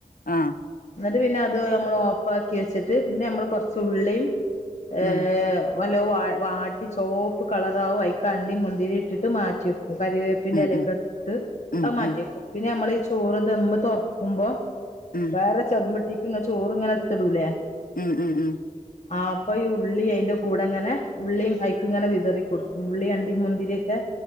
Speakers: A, on the left (about 80°); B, on the left (about 55°).
A: ആഹ്
B: ന്നിട്ട് പിന്നെ അത് മ്മള് ഓഫ് ആക്കി വെച്ചിട്ട് പിന്നെ മ്മള് കൊറച്ച് ഉള്ളീം ഏഹ്
A: ഉം
B: ലോ വാ വാട്ടി ചോപ്പ് കളറാവും അയിക്കാണ്ടി മുന്തിരി ഇട്ടിട്ട് മാറ്റിവെ കരിവേപ്പിന്റെ
A: ഉം
B: എലൊക്കെ
A: ഉം
B: ഇട്ട്
A: ഉം
B: അഅ് മാറ്റിവെക്കും
A: ഉം
B: പിന്നെ ഞമ്മള് ഈ ചോറ് ദം തൊറക്കും ക്കുമ്പൊ
A: ഉം ഉം
B: വേറെ ചെമ്പി ദീക്കിങ്ങ് ചോറിങ്ങനെടുത്തിടൂലെ
A: ഉം ഉം ഉം
B: ആ അപ്പൊ ഈ ഉള്ളി അയിന്റെ കൂ ടെങ്ങനെ ഉള്ളീം ഐക്കിങ്ങനെ വിതറി കൊടുക്കും ഉള്ളീം അണ്ടീം മുന്തിര്യക്കെ